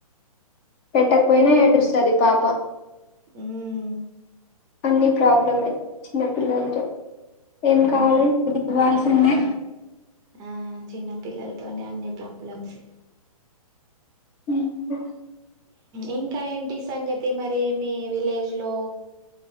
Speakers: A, on the left; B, on the right.
A: పెట్టకపోయినా ఏడుస్తుంది పాప
B: హ్మ్
A: అన్ని ప్రాబ్లమే చిన్న పిల్లలతో ఏం
B: మ్మ్
A: కావాలి ఇవ్వాల్సిందే
B: ఆహా చిన్న పిల్లలతోనే అన్ని ప్రాబ్లమ్స్
A: హ్మ్
B: ఇంకా ఏంటి సంగతి మరి మీ విలేజ్ లో